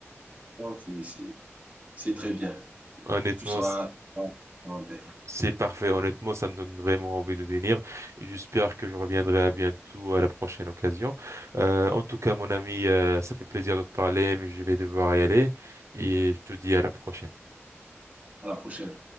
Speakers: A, on the right (about 30°); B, on the right (about 80°).
A: c'est c'est- c'est
B: Hmm.
A: très bien.
B: Honnêtement,
A: Tu seras
B: c-
A: tu seras en paix.
B: c'est parfait. Honnêtement, ça me donne vraiment envie de venir. J'espère que je reviendrai à bientôt à la prochaine occasion. Euh, en tout cas, mon ami, euh, ça fait plaisir de te parler, mais je vais devoir y aller et je te dis à la prochaine.
A: À la prochaine.